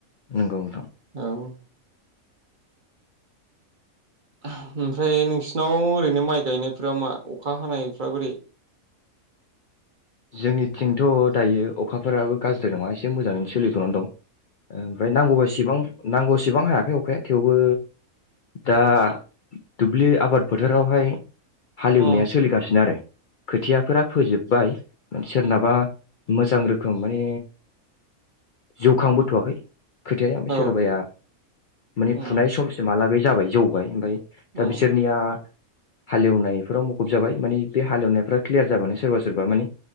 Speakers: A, on the left (about 65°); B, on the right (about 40°).
A: नोंगौ नोंथां।
B: औ ओमफ्राय नोंसिनाव ओरैनो माइ गायनायफोरा मा अखा हानायफ बोरै?
A: जोंनिथिंथ दायो अखाफोराबो गाज्रि नङा एसे मोजाङैनो सोलिथनानै दं। ओ मफ्राय नांगौबासेबां नांगौसिबां हायाखै अखाया थेवबो दा दुब्लि आबाद फोथारावहाय हालेवनाया
B: उम
A: सोलिगासिनो आरो खोथियाफोरा फोजोब्बाय सोरनाबा मोजां रोखोम माने जौखांबोथवाखै खोथाया ओमफ्राय
B: औ
A: सोरबाया माने
B: उम
A: फुनाय समसिमहालागै जाबाय जौबाय ओमफ्राय दा
B: उम
A: बिसोरनिया हालेवनायफोराव मुुब जाबाय मानानि बे हालेवनायफ्रा क्लियार जाबानो सोरबा सोरबा माने